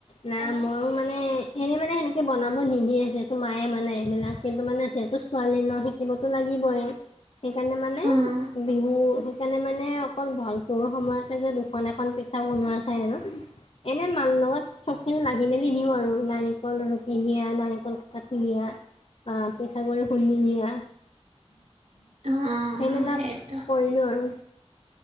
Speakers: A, on the left; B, on the right.
A: না
B: বনালো।
A: মইয়ো মানে এনে মানে সেনেকে বনাব নিদিয়ে যিহেতু মায়ে মানে এইবিলাক কিন্তু মানে সিহেতু ছোৱালী ন শিকিবতো লাগি <unintelligible>
B: অ',
A: কেনে মানে অকল ভালটোৰ সময়তে যে দুখন এখন পিঠা বনোৱা চায় আৰু এনে মাল লগত চব খিনি লাগে। মেলি নিওঁ আৰু নাৰিকল ৰুকি নিয়া নাৰিকল কটা নিয়া আহ পিঠাগুড়ি খুন্দি দিয়া
B: <unintelligible>
A: সেইবিলাক
B: সেইটো
A: কৰিলো আৰু